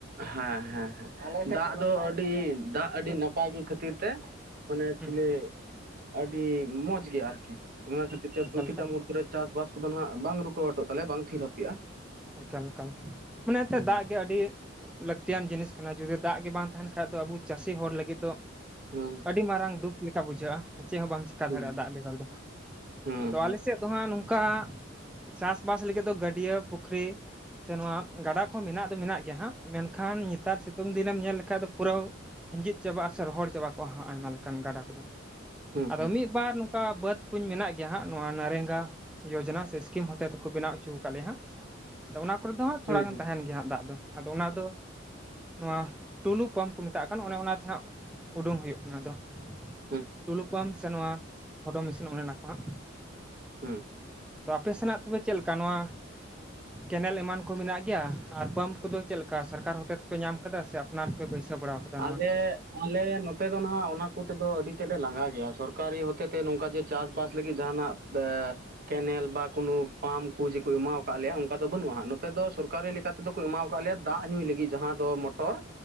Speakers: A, on the right; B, in the centre.
A: ᱦᱮᱸ ᱦᱮᱸ ᱦᱮᱸ ᱫᱟᱜ ᱫᱚ ᱟᱹᱰᱤ ᱫᱟᱜ ᱟᱹᱰᱤ ᱱᱟᱯ ᱯᱟᱭ ᱜᱮ ᱠᱷᱟᱹᱛᱤᱨ ᱛᱮ ᱢᱟᱱᱮ ᱮᱠᱪᱩᱮᱞᱤ
B: ᱦᱩᱸ
A: ᱟᱹᱰᱤ ᱢᱚᱸᱡᱽ ᱜᱮ ᱟᱨᱠᱤ ᱚᱱᱟ ᱠᱷᱟᱹᱛᱤᱨ ᱥᱮ
B: ᱮᱠᱟᱞ
A: ᱯᱨᱚᱛᱤᱴᱟ
B: ᱮᱠᱟᱞ
A: ᱢᱩᱦᱩᱨᱛᱚ ᱨᱮ ᱪᱟᱥ ᱠᱚᱫᱚ ᱱᱟᱦᱟᱜ ᱵᱟᱝ ᱨᱩᱠᱟᱣᱚᱴᱚᱜ ᱛᱟᱞᱮᱭᱟ ᱵᱟᱝ ᱛᱷᱤᱨ ᱦᱟᱯᱮᱼᱟ᱾
B: ᱮᱠᱟᱞ ᱮᱠᱟᱞ ᱢᱟᱱᱮ ᱮᱱᱛᱮᱫ
A: ᱦᱩᱸ
B: ᱫᱟᱜ ᱜᱮ ᱟᱹᱰᱤ ᱞᱟᱹᱠᱛᱤᱭᱟᱱ ᱡᱤᱱᱤᱥ ᱠᱟᱱᱟ ᱡᱩᱫᱤ ᱫᱟᱜ ᱜᱮ ᱵᱟᱝ ᱛᱟᱦᱮᱱ ᱠᱷᱟᱡ ᱫᱚ ᱟᱵᱚ ᱪᱟᱹᱥᱤ ᱦᱚᱲ ᱞᱟᱹᱜᱤᱫ ᱫᱚ
A: ᱦᱩᱸ
B: ᱟᱹᱰᱤ ᱢᱟᱨᱟᱝ ᱫᱩᱠ ᱞᱮᱠᱟ ᱵᱩᱡᱷᱟᱹᱜᱼᱟ᱾ ᱪᱮᱫ ᱦᱚᱸ ᱵᱟᱢ ᱪᱮᱠᱟ
A: ᱦᱩᱸ
B: ᱫᱟᱲᱮᱭᱟᱜᱼᱟ ᱫᱟᱜ ᱵᱮᱜᱚᱨ ᱫᱚ ᱦᱟᱸᱜ
A: ᱦᱩᱸ
B: ᱟᱫᱚ,
A: ᱦᱩᱸ
B: ᱟᱞᱮ ᱥᱮᱫ ᱫᱚ ᱦᱟᱸᱜ ᱱᱚᱝᱠᱟ ᱪᱟᱥᱵᱟᱥ ᱞᱟᱹᱜᱤᱫ ᱫᱚ ᱜᱟᱹᱰᱭᱟᱹ ᱯᱩᱠᱷᱨᱤ ᱥᱮ ᱱᱚᱣᱟ ᱜᱟᱰᱟ ᱠᱚ ᱢᱮᱱᱟᱜ ᱫᱚ ᱢᱮᱱᱟᱜ ᱜᱮᱭᱟ ᱦᱟᱸᱜ ᱢᱮᱱᱠᱷᱟᱱ ᱱᱮᱛᱟᱨ ᱥᱤ ᱛᱩᱝ ᱫᱤᱱᱮᱢ ᱧᱮᱞ ᱞᱮᱠᱷᱟᱡ ᱫᱚ ᱯᱩᱨᱟᱹ ᱦᱤᱸᱡᱤᱫ ᱪᱟᱵᱟᱜᱼᱟ ᱥᱮ ᱨᱚᱦᱚᱲ ᱪᱟᱵᱟ ᱠᱚᱜᱼᱟ ᱦᱟᱸᱜ ᱟᱭᱢᱟ ᱞᱮᱠᱟᱱ ᱜᱟᱰᱟ ᱠᱚᱫᱚ᱾
A: ᱦᱩᱸ
B: ᱟᱫᱚ
A: ᱦᱩᱸ
B: ᱢᱤᱫ ᱵᱟᱨ ᱱᱚᱝᱠᱟ ᱵᱟᱹᱫ ᱠᱩᱧ ᱢᱮᱱᱟᱜ ᱜᱮᱭᱟ ᱦᱟᱸᱜ ᱱᱚᱣᱟ ᱱᱟᱨᱮᱝᱜᱟ ᱡᱳᱡᱚᱱᱟ ᱥᱮ ᱥᱠᱤᱢ ᱦᱚᱛᱮ ᱛᱮᱠᱚ ᱵᱮᱱᱟᱣ ᱚᱪᱚ ᱠᱟᱜ ᱞᱮᱭᱟ ᱦᱟᱸᱜ ᱟᱫᱚ ᱚᱱᱟ ᱠᱚᱨᱮ ᱫᱚ ᱦᱟᱸᱜ ᱛᱷᱚᱲᱟ
A: ᱦᱩᱸ
B: ᱜᱟᱱ
A: ᱦᱩᱸ
B: ᱛᱟᱦᱮᱱ ᱜᱮᱭᱟ ᱦᱟᱸᱜ ᱫᱟᱜ ᱫᱚ ᱟᱫᱚ ᱚᱱᱟ ᱫᱚ ᱱᱚᱣᱟ ᱴᱩᱞᱩ ᱯᱟᱢᱯ ᱠᱚ ᱢᱮᱛᱟᱜ ᱠᱟᱱ ᱚᱱᱮ ᱚᱱᱟᱛᱮ ᱦᱟᱸᱜ ᱩᱰᱩᱝ ᱦᱳᱭᱳᱜ ᱠᱟᱱᱟ ᱟᱫᱚ ᱾
A: ᱦᱩᱸ
B: ᱴᱩᱞᱩ ᱯᱟᱢᱯ ᱥᱮ ᱱᱚᱣᱟ ᱦᱚᱰᱳ ᱢᱮᱥᱤᱱ ᱚᱱᱮ ᱚᱱᱟ ᱠᱚ ᱦᱟᱸᱜ᱾
A: ᱦᱩᱸ ᱾
B: ᱟᱯᱮ ᱥᱮᱱᱟᱜ ᱠᱚᱜᱮ ᱪᱮᱫ ᱞᱮᱠᱟ ᱱᱚᱣᱟ ᱠᱮᱱᱮᱞ ᱮᱢᱟᱱ ᱠᱚ ᱢᱮᱱᱟᱜ ᱜᱮᱭᱟ ᱟᱨ ᱯᱟᱢᱯ ᱠᱚᱫᱚ ᱪᱮᱫ ᱞᱮᱠᱟ ᱥᱚᱨᱠᱟᱨ ᱦᱚᱛᱮ ᱛᱮᱯᱮ ᱧᱟᱢ ᱟᱠᱟᱫᱟ ᱥᱮ ᱟᱯᱱᱟᱨ ᱯᱮ ᱵᱟᱹᱭᱥᱟᱹᱣ ᱵᱟᱲᱟᱣ ᱠᱟᱫᱟ
A: ᱟᱞᱮ
B: ᱱᱚᱣᱟ ᱾
A: ᱟᱞᱮ ᱱᱚᱛᱮ ᱫᱚ ᱱᱟᱦᱟᱜ ᱚᱱᱟ ᱠᱚᱛᱮ ᱫᱚ ᱟᱹᱰᱤ ᱛᱮᱫ ᱞᱮ ᱞᱟᱸᱜᱟ ᱜᱮᱭᱟ ᱥᱚᱨᱠᱟᱨᱤ ᱦᱚᱛᱮᱛᱮ ᱱᱚᱝᱠᱟ ᱡᱮ ᱪᱟᱥᱵᱟᱥ ᱞᱟᱹᱜᱤᱫ ᱡᱟᱦᱟᱱᱟᱜ ᱵᱮ ᱠᱮᱱᱮᱞ ᱵᱟ ᱠᱳᱱᱳ ᱯᱟᱢᱯ ᱠᱚ ᱡᱮᱠᱚ ᱮᱢᱟᱣ ᱠᱟᱜ ᱞᱮᱭᱟ ᱚᱱᱠᱟ ᱫᱚ ᱵᱟᱹᱱᱩᱜᱼᱟ ᱱᱚᱛᱮ ᱫᱚ ᱥᱚᱨᱠᱟᱨᱤ ᱛᱮᱫᱚ ᱠᱚ ᱮᱢᱟᱣ ᱠᱟᱜ ᱞᱮᱭᱟ ᱫᱟᱜ ᱧᱩᱭ ᱞᱟᱹᱜᱤᱫ ᱡᱟᱦᱟᱸ ᱫᱚ ᱢᱚᱴᱚᱨ,